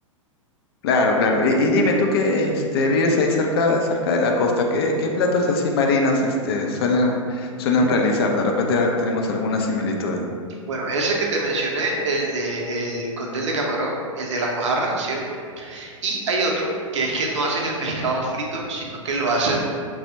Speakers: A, on the left; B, on the right.
A: Claro, claro. Y, y dime, tú que este, vives ahí cerca, cerca de la costa, ¿qué, qué platos así marinos este, suelen, suelen realizar? De repente al- tenemos algunas similitudes.
B: Bueno, ese que te mencioné, el de el cóctel de camarón, el de la mojarra, ¿cierto? Y hay otro que es que no hacen el pescado frito, sino que lo hacen